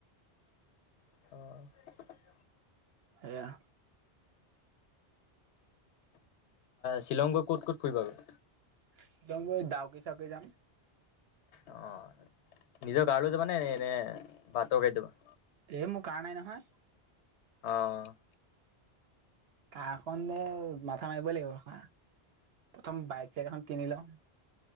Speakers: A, on the left; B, on the right.
A: অ' <unintelligible>
B: সেয়া।
A: শ্বিলংগৈ ক'ত ক'ত ফুৰিবাগৈ?
B: শ্বিলং গৈ ডাউকী চাওকী যাম।
A: অঁ নিজৰ কাৰ লৈ যাবা নে এনে বাটৰ গাড়ী যাবা?
B: এই মোৰ কাৰ নাই নহয়।
A: অ'।
B: কাহ খনেনে মাথা মাৰিবই লাগিব প্ৰথম বাইক চাইক এখন কিনি লওঁ।